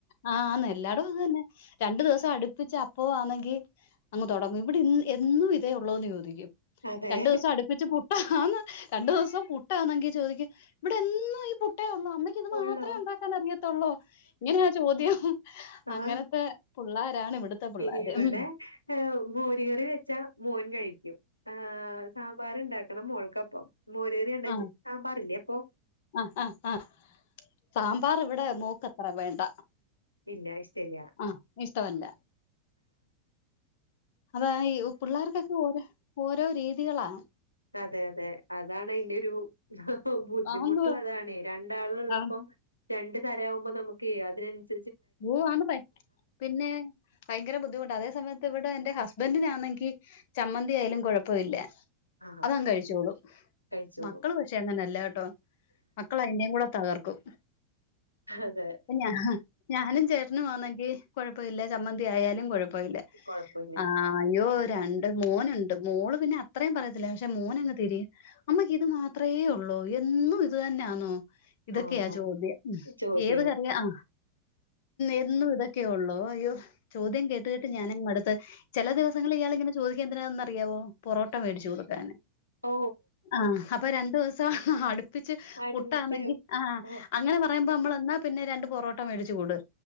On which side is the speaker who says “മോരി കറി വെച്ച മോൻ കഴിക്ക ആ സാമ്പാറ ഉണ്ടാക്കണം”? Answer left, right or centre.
Left